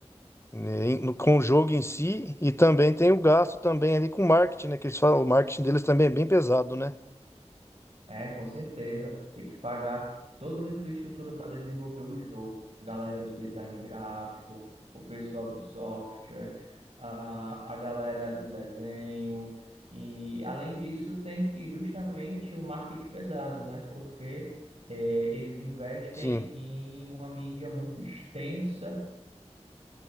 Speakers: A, on the left (about 25°); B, on the right (about 60°).
A: né, em- no- com o jogo em si e também tem o gasto também ali com marketing, né, que eles falam, o marketing deles também é bem pesado, né?
B: É, com certeza. Tem que pagar toda a infraestrutura para desenvolver o jogo. Galera do design gráfico, o pessoal do software, a, a galera do desenho. E, além disso, tem que justamente o marketing pesado, né? Porque é, eles investem
A: Sim,
B: em uma mídia muito extensa